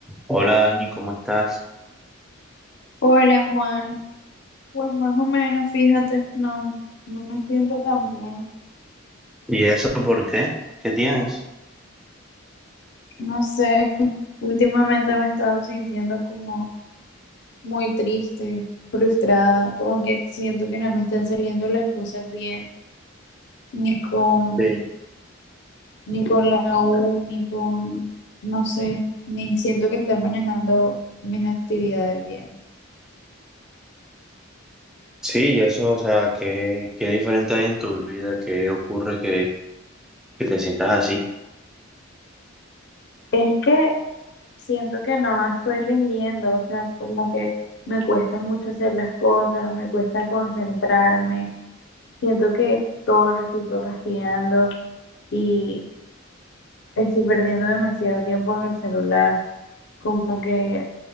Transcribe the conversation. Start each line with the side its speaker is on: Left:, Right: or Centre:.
Centre: Hola Dani, ¿cómo estás?
Left: Hola Juan, pues más o menos, fíjate, no, no me siento tan bien.
Centre: ¿Y eso por qué? ¿Qué tienes?
Left: No sé, últimamente me he estado sintiendo como muy triste, frustrada, como que siento que no me están saliendo las cosas bien, ni con,
Centre: Sí,
Left: ni con la U, ni con, no sé, ni siento que esté manejando mis actividades bien.
Centre: sí, y eso, o sea, ¿qué, qué diferente hay en tu vida? ¿Qué ocurre que, que te sientas así?
Left: Es que siento que no estoy rindiendo, o sea, como que me cuesta mucho hacer las cosas, me cuesta concentrarme, siento que todo lo estoy procrastinando y estoy perdiendo demasiado tiempo en el celular, como que